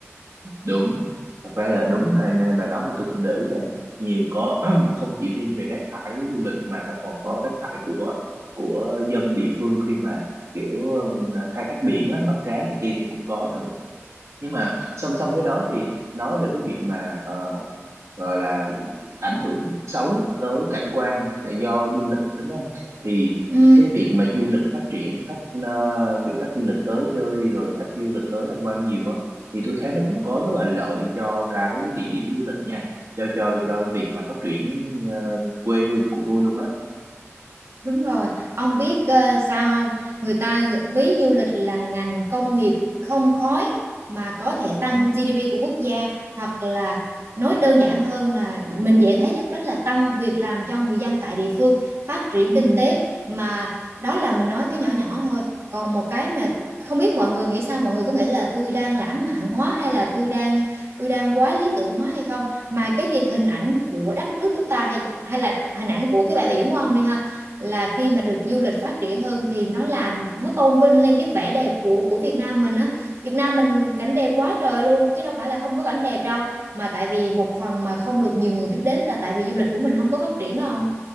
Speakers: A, on the right; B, on the right.
A: đúng thật ra là đúng là nè, bà nói thì tôi cũng để ý là nhiều có <clears throat> không chỉ riêng về rác thải du lịch mà nó còn có rác thải của của dân địa phương khi mà kiểu ừ, khai thác biển á, bắt cá này kia thì cũng có nữa nhưng mà song song với đó thì nói về cái chuyện mà ờ, gọi là ảnh hưởng xấu tới cảnh quan ờ, do du lịch đúng không thì
B: ừ
A: cái việc mà du lịch phát triển khách ờ, kiểu khách du lịch tới chơi rồi khách du lịch tới tham quan nhiều á thì tôi thấy nó cũng có rất là lợi cho cái địa điểm du lịch nha cho cho cho việc mà phát triển ờ, quê hương của tôi luôn á
B: Đúng rồi, ông biết ờ, sao không? Người ta ví du lịch là ngành công nghiệp không khói mà có thể tăng
A: ừ,
B: GDP của quốc gia hoặc là nói đơn giản hơn là mình dễ thấy nhất đó là tăng việc làm cho người dân tại địa phương, phát triển
A: ừ,
B: kinh tế mà đó là mình nói cái nhỏ nhỏ thôi. Còn một cái mà không biết mọi người nghĩ sao, mọi người có nghĩ là tôi đang lãng mạn hóa hay là tôi đang tôi đang quá lý tưởng hóa hay không? Mà cái việc hình ảnh của đất nước chúng ta hay hay là hình ảnh của cái bãi biển của ông đi ha là khi mà được du lịch phát triển hơn thì nó làm nó tôn vinh lên cái vẻ đẹp của của Việt Nam mình á Việt Nam mình cảnh đẹp quá trời luôn chứ đâu phải là không có cảnh đẹp đâu mà tại vì một phần mà không được nhiều người biết đến là tại vì du lịch của mình không có phát triển đâu không